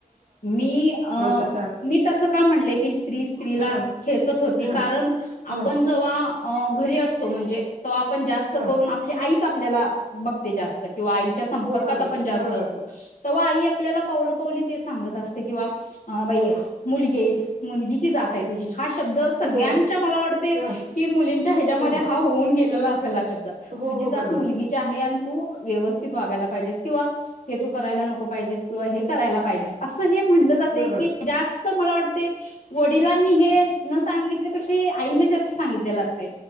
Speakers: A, on the left (about 55°); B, on the right (about 50°).
A: मी अ
B: बसा
A: मी तस का म्हणले की स्त्री स्त्रीला
B: हां
A: खेचत होती
B: हां
A: कारण आपण
B: हां
A: जवा अ घरी अस तो म्हणजे तो आपण जास्त
B: हां
A: करून आपली आईचा आपल्याला मग ते जास्त आहे. किंवा आईच्या संपर्कात
B: हो बरोबर
A: आपण जास्त
B: बरोबर
A: असतो तव्हा आई आपल्याला पावलो पावली ते सांगत असते किंवा अ बाई
B: हो
A: मुलगी स मुलगीची जात आहे तुझी. हा शब्द सगळ्यांच्या
B: हो
A: मला वाटते
B: हां
A: की मुलींच्या ह्याच्यामध्ये
B: हो
A: हा होऊन गे ला. चला शब्द. तुझी
B: हो हो
A: जात
B: बरोबर
A: मुलगीची आहे आणि तू व्यवस्थित वागायला पाहिजेस किंवा हे तू करायला नको पाहिजेस किंवा हे करायला पाहिजेस अस हे म्हणल जातय
B: बरोबर
A: की जास्त मला वाट ते वडिलांनी हे न सांगितले पेक्षा आईने जास्त सांगितलेलं असतय.